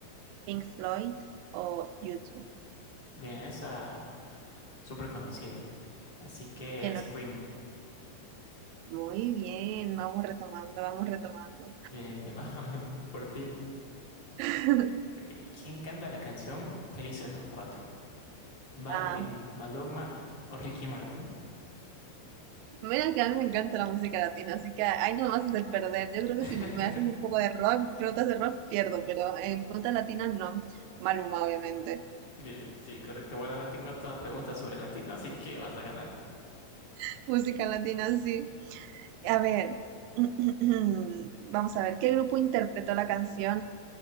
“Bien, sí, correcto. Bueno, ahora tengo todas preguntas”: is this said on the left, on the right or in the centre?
Left